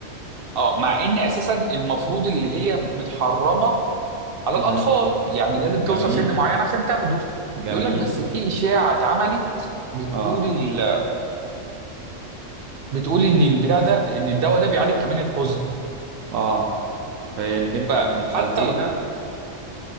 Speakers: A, on the right; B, on the right.
A: اه مع ان اساسا المفروض اللي هي متحرمه على
B: امم
A: الاطفال يعني لازم توصل
B: جميل
A: سن معين عشان تاخده
B: جميل
A: بيقول لك بس في اشاعه اتعملت بتقول
B: اه
A: ال... بتقول ان البتاع ده ان الدواء ده بيعالج كمان الحزن
B: اه فهي البنت
A: فحتى
B: كانت حزينة
A: ال-